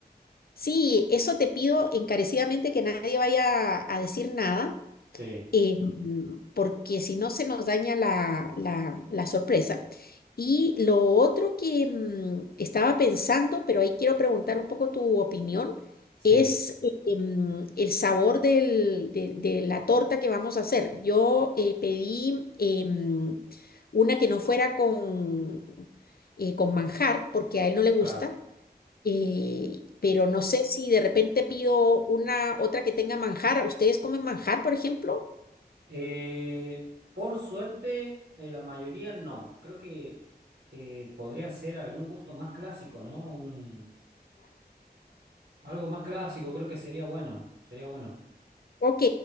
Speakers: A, on the left; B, on the right.
A: Sí, eso te pido encarecidamente que nadie vaya a decir nada.
B: Sí,
A: eh, mm, porque si no se nos daña la, la- la sorpresa. Y lo otro que mm, estaba pensando, pero ahí quiero preguntar un poco tu opinión,
B: sí,
A: es eh, em, el sabor del- de, de la torta que vamos a hacer. Yo eh, pedí em, una que no fuera con, eh, con manjar, porque a él no le gusta.
B: claro.
A: eh, pero no sé si de repente pido una otra que tenga manjar. ¿Ustedes comen manjar, por ejemplo?
B: Eh, por suerte, eh, la mayoría no. Creo que eh, podría ser algún gusto más clásico, ¿no? Un, algo más clásico, creo que sería bueno, sería bueno.
A: Ok,